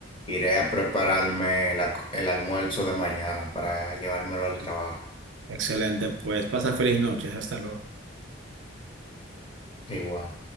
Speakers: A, on the left; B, on the right.
A: iré a prepararme la- el almuerzo de mañana para llevármelo al trabajo.
B: Excelente, pues pasa feliz noches. Hasta luego.
A: Igual.